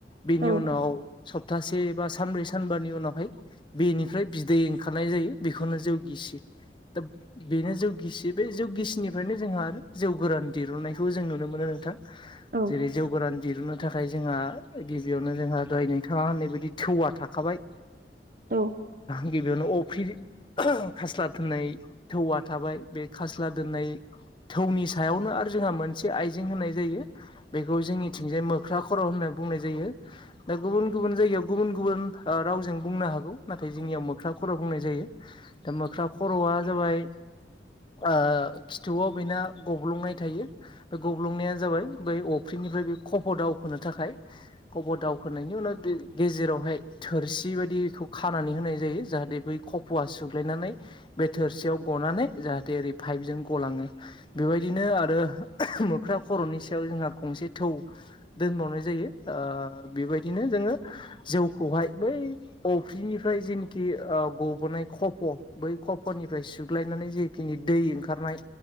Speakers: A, on the left; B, on the right.
A: बेनि
B: औ
A: उनाव सप्तासे बा सानब्रै सानबानि उनावहाय बेनिफ्राय बिदै ओंखारनाय जायो बेखौनो जौ गिसि दा बेनो जौ गिसि बे जौ गिसिनिफ्रायनो जोंहा आरो जौ गोरान दिरुननायखौ जों नुनो मोनो नोंथां।
B: औ
A: जेरै जौ गोरान दिरुननो थाखाय जोंहा गिबियावनो जोंहा दनिं बिथाङा होननाय बदि थौवा थाखाबाय
B: औ
A: गिबियावनो अफ्रि खास्ला दोननाय थौ थाबाय बे खास्ला दोननाय थौनि सायावनो आरो जोंहा मोनसे आइजें होनाय जायो। बेखौ जोंनिथिंजाय मोख्रा खर' होनना बुंनाय जायो। दा गुबुन गुबुन जायगायाव गुबुन गुबुन रावजों बुंनो हागौ नाथाय जोंनियाव मोख्रा खर' बुंनाय जायो। दा मोख्रा खर'आ जाबाय खिथुआव बेना गब्लुंनाय थायो। बे गब्लुंनाया जाबाय बै अफ्रिनिफ्राय बे खफ' दावखोनो थाखाय खफ' दा होनायनि उनाव गेजेरावहाय थोरसि बायदिखौ खानानै होनाय जायो जाहाथे बै फवा सुग्लायनानै बे थोरसियाव गनानै जाहाथे ओरै पाइपजों गलाङो बेबायदिनो आरो मोख्रा खर'नि सायाव जोंहा गंसे थौ दोनबावनाय जायो बेबायदिनो जोङो जौखौहाय बै अफ्रिनिफ्राय जेनाखि गबनाय खफ' बै खफननिफ्राय सुग्लायनानै जेखिनि दै ओंखारनाय